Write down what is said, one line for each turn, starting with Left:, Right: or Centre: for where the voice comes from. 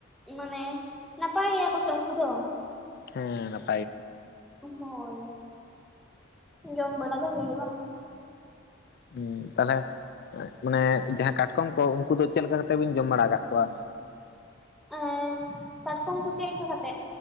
Centre: ᱢᱟᱱᱮ ᱱᱟᱯᱟᱭ ᱜᱮᱭᱟ ᱠᱚ ᱥᱮ ᱩᱱᱠᱩ ᱫᱚ᱾
Left: ᱦᱮᱸ ᱱᱟᱯ
Centre: ᱦᱳᱭ ᱡᱚᱢ ᱵᱟᱲᱟ ᱫᱚ ᱦᱩᱭᱩᱜᱼᱟ᱾
Left: ᱦᱩ ᱛᱟᱞᱦᱮ ᱢᱟᱱᱮ ᱡᱟᱦᱟᱸ ᱠᱟᱴ ᱠᱚᱢ ᱠᱚ ᱩᱱᱠᱩ ᱫᱚ ᱪᱮᱫ ᱞᱮᱠᱟ ᱠᱟᱛᱮ ᱵᱤᱱ ᱡᱚᱢ ᱵᱟᱲᱟ ᱟᱠᱟᱫ ᱠᱚᱣᱟ?
Centre: ᱮᱸ ᱠᱟᱴᱠᱚᱢ ᱠᱚ ᱪᱮᱫ ᱞᱮᱠᱟ ᱠᱟᱛᱮᱜ